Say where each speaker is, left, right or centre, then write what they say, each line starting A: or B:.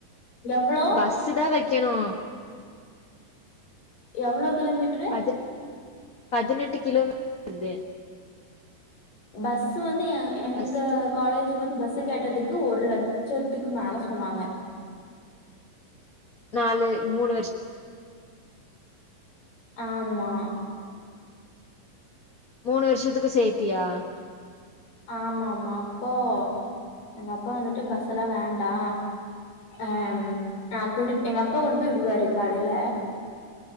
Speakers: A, on the left; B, on the left.
A: எவ்ளோ
B: பஸ்சு தா வக்கணு
A: எவ்ளோ கிலோமீட்ரு
B: பதின் பதினெட்டு கிலோ வருது
A: பஸ்சு வந்து எ எங்க
B: பஸ்ஸு
A: காலேஜுக்கு வந்து பஸ்சு கேட்டதுக்கு ஒரு லட்சத்துக்கு மேல சொன்னாங்க
B: நாலு மூணு வருஷ
A: ஆமா
B: மூணு வருஷத்துக்கு சேத்தியா
A: ஆமா ஆமா அப்போ எங்க அப்பா வந்துட்டு பஸ் எல்லா வேண்டா அம் ஆ கூடி எங்க அப்பா கொண்டு போய் விடுவாரு காலைல